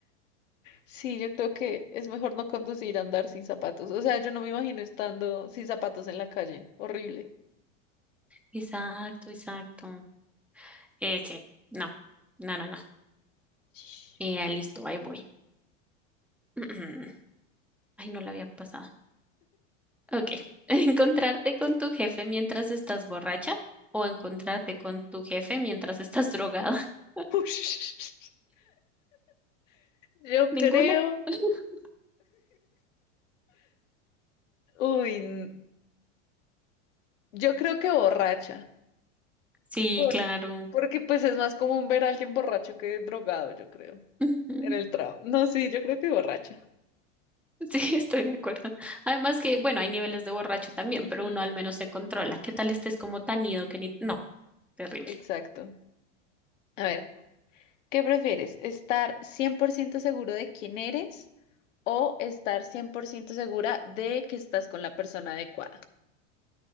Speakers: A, on the left; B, in the centre.
A: Sí, yo creo que es mejor no conducir a andar sin zapatos. O sea, yo no me imagino estando sin zapatos en la calle. Horrible.
B: Exacto, exacto. Eh, sí, no, no, no, no.
A: Ush.
B: Eh, ah, listo, ahí voy. <clears throat> Ay, no la había pasado. Ok. <laughs> ¿Encontrarte con tu jefe mientras estás borracha o encontrarte con tu jefe mientras estás drogada? <laughs>
A: <laughs> Yo creo,
B: Ninguna. <laughs>
A: uy, n- yo creo que borracha.
B: Sí,
A: Por-
B: claro.
A: porque pues es más común ver a alguien borracho que drogado, yo creo,
B: <laughs>
A: en el trabajo. No, sí, yo creo que borracha.
B: <laughs> Sí, estoy de acuerdo. Además que, bueno, hay niveles de borracho también,
A: Ujú,
B: pero uno al menos se controla. ¿Qué tal estés como tan ido que ni... No, terrible.
A: Exacto. A ver, ¿qué prefieres? ¿Estar 100% seguro de quién eres o estar 100% segura de que estás con la persona adecuada?